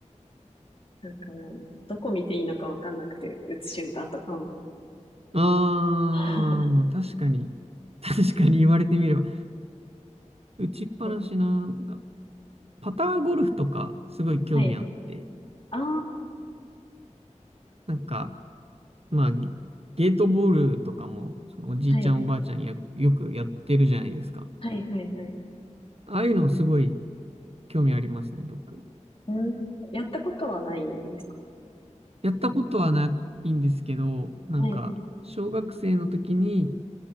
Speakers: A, on the left; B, on the right.
A: なんかもう、どこ見ていいのかわかんなくて、打つ瞬間とかも。
B: あー、
A: <laughs>
B: まあ確かに、<laughs> 確かに言われてみれば、打ちっぱなしな、
A: うん、
B: なんかパターゴルフとかすごい興味あって、
A: はい。ああ、
B: なんか、まあ、ゲゲートボールとかも、そのおじいちゃんおばあちゃんや、
A: はい。
B: よくやってるじゃないですか。
A: はい、はい、はい。
B: ああいうのすごい興味ありますね、僕。
A: うん。やったことはないんですか
B: やったことはないんですけど、なんか、
A: はい。
B: 小学生の時に